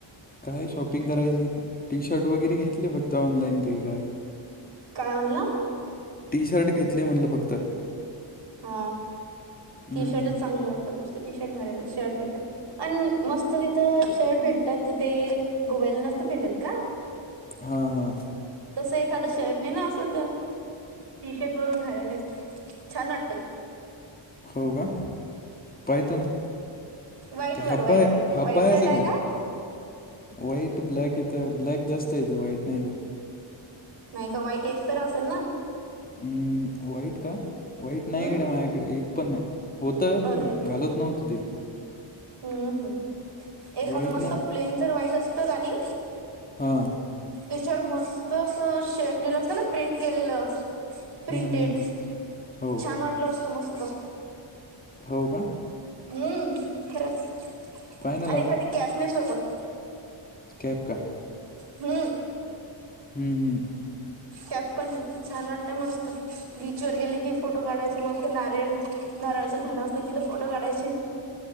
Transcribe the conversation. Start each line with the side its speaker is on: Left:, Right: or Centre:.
Left: काय शॉपिंग करायची टी शर्ट वगैरे घेतले फक्त ऑनलाईन ते काय
Right: काय म्हणलं
Left: टी शर्ट घेतले म्हणलं फक्त
Right: हा
Left: हम्म
Right: टी शर्टच चांगले वाटतात मस्त टी शर्ट घालायला शर्टपेक्षा आणि मस्त तिथं शर्ट भेटतात त ते गोव्याला नसत भेटत का
Left: हा हां
Right: तसं एखाद शर्ट नाही ना असल तर टी शर्ट वरून घालेले छान वाट ते
Left: हो का पाहतो ना
Right: व्हाईट
Left: ते
Right: वर
Left: हब्बा
Right: व्हाईट
Left: आहे
Right: वर
Left: हब्बा
Right: व्हाईट
Left: आहे
Right: शर्ट
Left: जग
Right: का
Left: वईट ब्लॅक इथ ब्ललाॅक जास्त े वईट न इे
Right: नाही का वाईट एक तर असेल ना
Left: अम् वाईट का वाईट
Right: हम्म
Left: नाहीकडे माझ्याकडे एक पण नाही होत मी
Right: अरे
Left: घालत. शत् नव होत ते.
Right: हम्म ह् एखादं
Left: व्हाईट
Right: मस्त
Left: नाही
Right: प्लेन जर वाईट असत का नाही.
Left: हा.
Right: त्याच्यावर मस्त अस शेड निल असत ना प्रिंट केलेलं. प्रिंटेड
Left: हम्म, हम्म. हो
Right: छान वाटलं असतं मस्त.
Left: हो का.
Right: हम्म खरंच
Left: पाय ना
Right: आणि एखादी कॅपन सोबत.
Left: खप का.
Right: हा
Left: हम्म हम्
Right: कॅप पण छान वाटत मस्त बीचवर गेली की फोटो काढायचे मस्त नारळ. नारळचे झाड असते तिथे फोटो काढायचे.